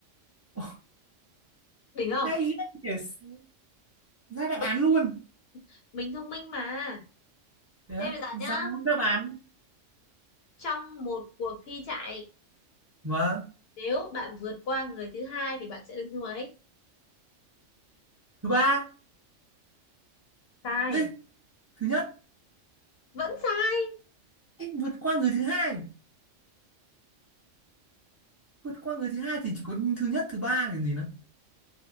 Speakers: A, on the right; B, on the left.
A: <laughs> Ô,
B: đỉnh không
A: hay ghê nhỉ. ra đáp
B: thông
A: án luôn
B: minh mình thông minh mà
A: yeah.
B: thế bây giờ
A: ra
B: nhá
A: luôn đáp án
B: trong một cuộc thi chạy
A: vâng
B: nếu bạn vượt qua người thứ hai thì bạn sẽ đứng thứ mấy
A: thứ ba
B: sai
A: đi thứ nhất
B: vẫn sai
A: Ê, vượt qua người thứ hai vượt qua người thứ hai thì chỉ có thứ nhất thứ ba làm gì nữa